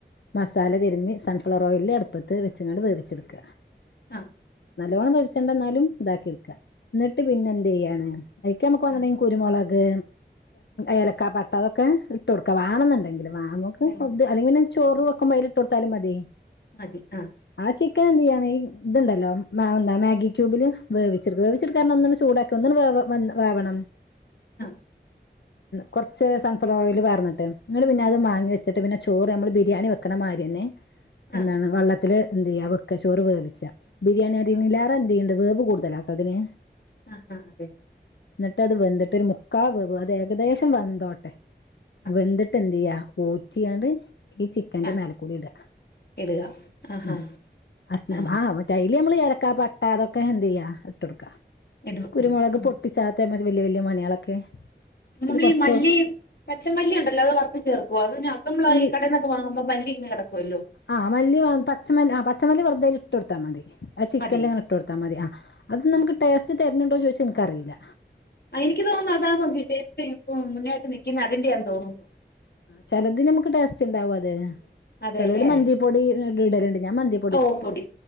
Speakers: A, on the left; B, on the left.
A: മസാലതിരുമ്പി സൺഫ്ലവർ റോല്ല അടുപ്പത്ത് വെച്ച്ങ്ങാട് വേവിച്ചെടുക്ക.
B: ആഹ്
A: നല്ലോണ്ണം വേവിച്ചണ്ട ന്നാലും ഇതാക്കി എടുക്ക എന്നിട്ട് പിന്നെ എന്ത് ചെയ്യാണ് അതിക്ക് നമുക്ക് വേണന്നുണ്ടെങ്കി
B: ആ
A: കുരുമുളക്. ഏലക്ക
B: ആ
A: പട്ട അതൊക്കെ ഇട്ട് കൊടുക്ക വാണം നി എന്തെങ്കിലും നമുക്ക്
B: വേണമെങ്കിൽ
A: അല്ലെങ്കി ചോറ് വെക് ബൊ അയില ഇട്ട് കൊടുത്താലും മതി.
B: മതി ആ
A: ആ ചിക്കൻ എന്തു ചെയ്യാണ് ഈ ഇതു ഇണ്ടല്ലോ എന്താ മാഗി ക്യുബില് വേവിച്ചിട്ക്ക വേവിച്ച് ട്ക്കാന്നറഞ്ഞാൽ ഒന്നിങ്ങനെ ചൂടാക്കി. ക്ക ഒന്ന് ങ്ങട്ട് വേവണം.
B: ആ
A: കുറച്ച് സൺഫ്ലവർ ഓയില് പാറന്നിട്ട് ന്നിട്ട് പിന്നെ അത്
B: ആ
A: വാങ്ങി വെച്ചിട്ട് പിന്നെ ചോറ് നമ്മൾ ബിരിയാണി വെക്കണമാതിരി തന്നെ.
B: ആ
A: എന്താണ് വെള്ളത്തിൽ എന്തയ്യാ വെക്കച്ചോറ് വേവിച്ച ബിരിയാണി അരില്ലാ
B: ആ
A: റെ എന്ത് ചെയ്യ്ണ്ട് വേവ് കൂടുതലാണ്. അതിന്
B: ആ ആ അതെ
A: എന്നിട്ട് അത് വെന്തിട്ട് ഒരു മുക്കാവേ വിൽ അത് ഏകദേശം വെന്തോട്ടെ.
B: അതെ
A: വെന്തിട്ട് എന്തയ്യാ ഊറ്റിയാണ്ട് ഈ ചിക്കന്റെ
B: ആ
A: മേലക്കൂടി ഇടുക.
B: ഇടുക. ആ
A: ഉ
B: ഹാ
A: <unintelligible>
B: ആ
A: അമ്മള് ഏലക്ക പട്ട അതൊക്കെ എന്ത് ചെയ്യാ ഇട്ട് കൊടുക്ക
B: ഇടുക
A: കുരുമുളക്
B: ഇടുക ഉം
A: പൊ ട്ടിച്ചാത്ത വലയ വലയ മണികളൊക്കെ. അതില്
B: നമ്മളീ
A: കുറച്ച്
B: മല്ലി പച്ച മല്ലി ഉണ്ടല്ലോ അത് വറു ചേർക്കുവ അതിന് അത് നമ്മ
A: ഇൽ
B: ഈ കടൽന്നൊക്കെ വാങ്ങുമ്പോ <unintelligible> കിക്കുവല്ലോ
A: ആ മല്ലി പച്ച മല്ലി ആ പച്ച മല്ലി വെറുതെൽ ഇട്ട് കൊടുത്താ മതി ആത് ചിക്കൻങ്ങനെ
B: മതി
A: ഇട്ട് കൊടുത്ത ത്താ മതി ആ അത്
B: ആ
A: നമുക്ക് ടേസ്റ്റ് തരുന്നുണ്ടോന്ന്ചോദിച്ച ഇൻക്ക റിയില്ല
B: എനിക്ക് തോന്നുന്നു അതാ നേറ്റ് മുന്നട്ട് നിൽക്കുന്ന അതിന്റെന്ന് തോന്നുന്നു
A: ചിലത് നമുക്ക് ടേസ്റ്റ് ഉണ്ടാവും അതെ
B: അതെല്ലേ
A: ചിലര് മന്തിപ്പൊടി ഇടലുണ്ട് ഞാൻ മന്തി
B: ഓ പൊടി